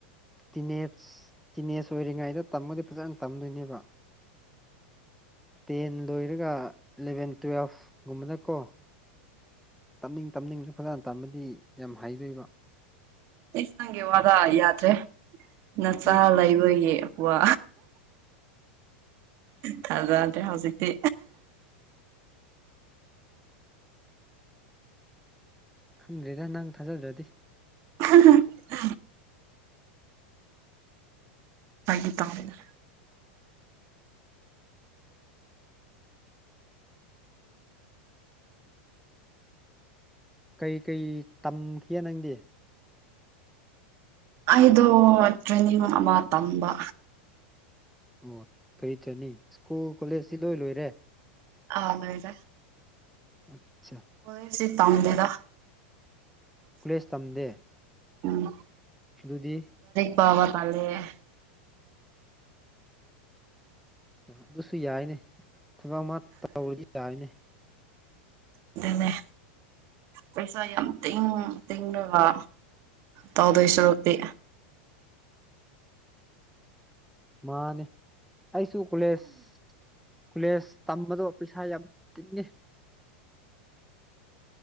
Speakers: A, in the centre; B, on the right.
A: ꯇꯤꯅꯦꯖ ꯇꯤꯅꯦꯖ ꯑꯣꯏꯔꯤꯉꯩꯗ ꯇꯝꯃꯗꯤ ꯐꯖꯅ ꯇꯝꯗꯣꯏꯅꯦꯕ ꯇꯦꯟ ꯂꯣꯏꯔꯒ ꯏꯂꯚꯦꯟ ꯇꯨꯋꯦꯜꯐꯒꯨꯝꯕꯅ ꯀꯣ ꯇꯞꯅꯤꯡ ꯇꯞꯅꯤꯡꯗ ꯐꯖꯅ ꯇꯝꯕꯗꯤ ꯌꯥꯝ ꯍꯥꯏꯗꯣꯏꯕ
B: ꯁ ꯅꯪꯒꯦ ꯋꯥꯔ ꯌꯥꯗ꯭ꯔꯦ ꯅꯆꯥ
A: ꯎꯝ
B: ꯂꯩꯕꯌꯦꯀ ꯊꯥꯖꯗꯦ ꯍꯧꯖꯤꯛꯇꯤ
A: ꯈꯪꯗ꯭ꯔꯦꯗ ꯅꯪ ꯊꯥꯖꯗ꯭ꯔꯗꯤ
B: ꯍ ꯍꯥꯏ ꯇꯝꯅ
A: ꯀꯩꯀꯩ ꯇꯝꯈꯤꯦ ꯅꯪꯗꯤ
B: ꯑꯩꯗꯣ ꯇ꯭ꯔꯅꯤꯡꯕꯥ ꯇꯝꯕ
A: ꯑꯣ ꯀꯔꯤꯇꯅꯤ ꯁ꯭ꯀꯨꯜ ꯀꯣꯂꯦꯖꯁꯤ ꯂꯣꯏ ꯂꯣꯏꯔꯦ
B: ꯑꯉꯗꯦ
A: ꯑꯆꯥ
B: ꯑꯩ ꯆꯦ ꯇꯗꯗ
A: ꯀꯂꯦꯁ ꯇꯝꯗꯦ
B: ꯎꯝ
A: ꯑꯗꯨꯗꯨꯗꯤ
B: ꯄꯕꯥ ꯀꯂꯦ
A: ꯑꯗꯨꯁꯨ ꯌꯥꯏꯅꯦ ꯊꯕꯛ ꯑꯃ ꯇꯧꯔꯗꯤ ꯌꯥꯏꯅꯦ
B: ꯑꯗꯨꯅꯦ ꯄꯩꯁꯥ ꯌꯥꯝ ꯇꯤꯡ ꯇꯤꯡꯉꯒ ꯇꯧꯗꯣꯏ ꯁꯔꯨꯛꯇꯤ
A: ꯃꯥꯅꯦ ꯑꯩꯁꯨ ꯀꯣꯂꯦꯖ ꯀꯣꯂꯦꯖ ꯇꯝꯕꯗꯣ ꯄꯩꯁꯥ ꯌꯥꯝ ꯇꯤꯡꯉꯦ